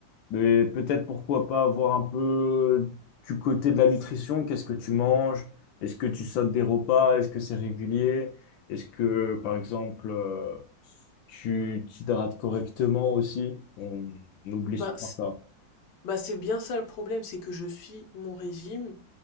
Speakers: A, on the left; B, on the left.
A: Mais peut-être pourquoi pas avoir un peu du côté de la nutrition, qu'est-ce que tu manges? Est-ce que tu sautes des repas? Est-ce que c'est régulier? Est-ce que, par exemple, euh, tu t'hydrates correctement aussi? On, on oublie
B: Bah,
A: souvent
B: c'est
A: ça.
B: bah, c'est bien ça le problème, c'est que je suis mon régime